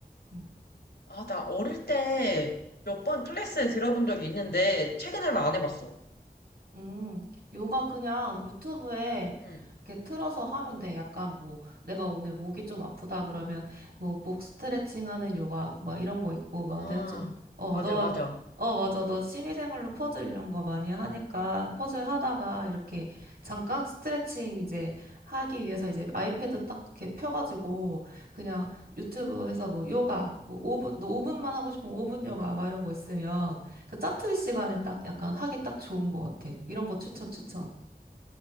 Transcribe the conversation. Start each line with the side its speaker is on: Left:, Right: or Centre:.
Right: 응.
Left: 아, 나 어릴 때 몇 번 클래스에 들어본 적이 있는데 최근에는 안 해봤어.
Right: 음, 요가 그냥 유튜브에
Left: 응.
Right: 이렇게 틀어서 하면 돼. 약간 뭐, 내가 오늘 목이 좀 아프다 그러면, 뭐, 목 스트레칭 하는 요가, 막 이런 거 있고, 막
Left: 아,
Right: 내가 좀, 어,
Left: 맞아,
Right: 너,
Left: 맞아.
Right: 어, 맞아. 너 취미생활로 퍼즐 이런 거 많이 하니까, 퍼즐 하다가 이렇게 잠깐 스트레칭 이제 하기 위해서 이제 아이패드 딱 이렇게 펴가지고, 그냥 유튜브에서 뭐, 요가, 뭐, 5분, 너분만 하고 싶으면 5분 요가, 막 이런 거 있으면, 그 짜투리 시간에 딱 약간 하기 딱 좋은 것 같아. 이런 거 추천, 추천.